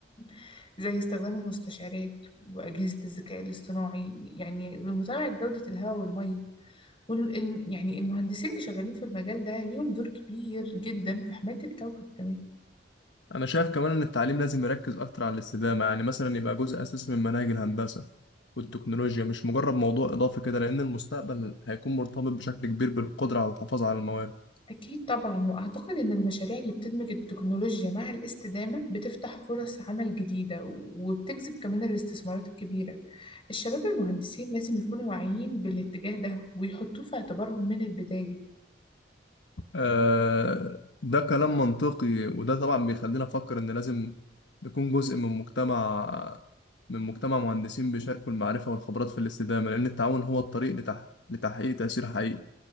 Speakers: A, on the left; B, on the left.
A: <clears throat> زي استخدام المستشعرات وأجهزة الذكاء الاصطناعي يعني لمتابعة جودة الهواء والمية وال... ال- يعني المهندسين اللي شغالين في المجال ده ليهم دور كبير جدا في حماية الكوكب كمان
B: انا شايف كمان ان التعليم لازم يركز اكتر على الاستدامة يعني مثلا يبقى جزء اساسي من مناهج الهندسة والتكنولوجيا مش مجرد موضوع اضافي كده لان المستقبل هيكون مرتبط بشكل كبير بالقدرة على الحفاظ على المواد
A: أكيد طبعا وأعتقد إن المشاريع اللي بتدمج التكنولوجيا مع الاستدامة بتفتح فرص عمل جديدة وبتجذب كمان الاستثمارات الكبيرة الشباب المهندسين لازم يكونوا واعيين بالاتجاه ده ويحطوه في اعتبارهم من البداية
B: آه، ده كلام منطقي وده طبعا بيخلينا نفكر ان لازم نكون جزء من مجتمع من مجتمع مهندسين بيشاركوا المعرفة والخبرات في الاستدامة لأن التعاون هو الطريق لتح... لتحقيق تأثير حقيقي